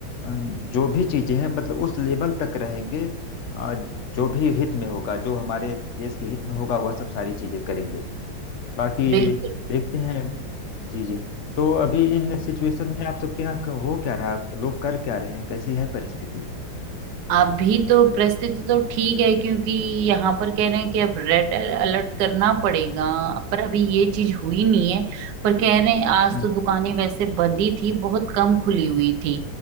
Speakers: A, on the left; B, on the right.
A: अन- जो भी चीजें हैं मतलब उस लेवल तक रहेंगे अ, जो भी हित में होगा जो हमारे देश के हित में होगा वह सब सारी चीजें करेंगे बाकी
B: बिल्कुल
A: देखते हैं जी जी तो अभी इन सिचुएशन में आप सबके यहाँ क- हो क्या रहा है? लोग कर क्या रहे हैं कैसी है परिस्थिति
B: अभी तो परिस्थिति तो ठीक है क्योंकि यहाँ पर कह रहे हैं कि अब रेड अलर्ट करना पड़ेगा पर अभी ये चीज हुई नहीं है पर कह रहे हैं आज
A: हम्म
B: तो दुकानें वैसे बंद ही थी बहुत कम खुली हुई थी